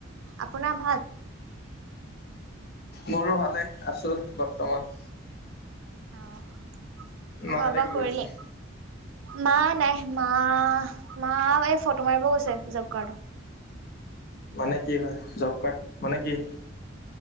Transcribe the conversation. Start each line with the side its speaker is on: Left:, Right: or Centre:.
Right: আপোনাৰ ভাল?
Left: মোৰো ভালে, আছো বৰ্তমান।
Right: অ'। খোৱা
Left: মাহঁতে
Right: বোৱা
Left: কি কৰিছে?
Right: কৰিলে মা নাই, মা-মা এই ফটো মাৰিব গৈছে জব কাৰ্ডৰ।
Left: মানে কি হয়, জব কাৰ্ড মানে কি?